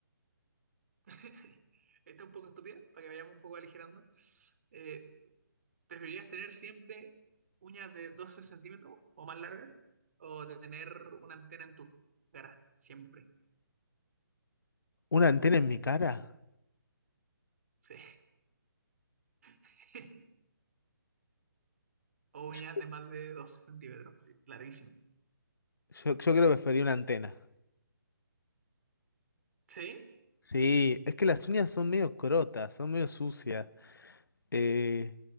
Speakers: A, on the right; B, on the left.
A: <laughs> Está un poco estúpida, para que vayamos un poco aligerando. Eh, ¿preferirías tener siempre uñas de 12 centímetros o más largas? ¿O tener una antena en tu cara? Siempre.
B: ¿Una antena en mi cara?
A: Sí. <laughs> O uñas
B: Yo,
A: de más de 12 centímetros. Sí, larguísimas.
B: yo, creo que preferiría una antena.
A: ¿Sí?
B: Sí, es que las uñas son medio crotas, son medio sucias. Eh,